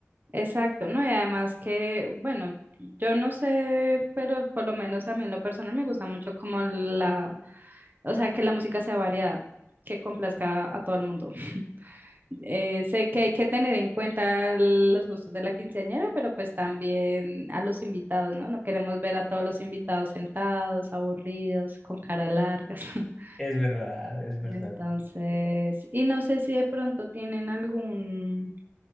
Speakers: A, on the right; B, in the centre.
A: exacto, ¿no? Y además que, bueno, yo no sé, pero por lo menos a mí en lo personal me gusta mucho como la, o sea, que la música sea variada, que complazca a todo el mundo. <laughs> Eh, sé que hay que tener en cuenta los gustos de la quinceañera, pero pues también a los invitados, ¿no? No queremos ver a todos los invitados sentados, aburridos, con cara largas. <laughs>
B: Es verdad, es verdad.
A: Entonces, y no sé si de pronto tienen algún,